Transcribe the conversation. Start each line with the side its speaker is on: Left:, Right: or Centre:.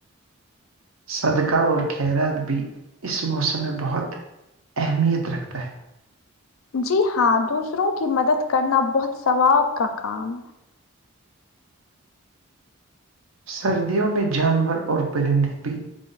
Right: صدقہ اور خیرات بھی اس موسم میں بہت اہمیت رکھتا ہے
Left: جی ہاں دوسروں کی مدد کرنا بہت ثواب کا کام ہے
Right: سردیوں میں جانور اور پرندے بھی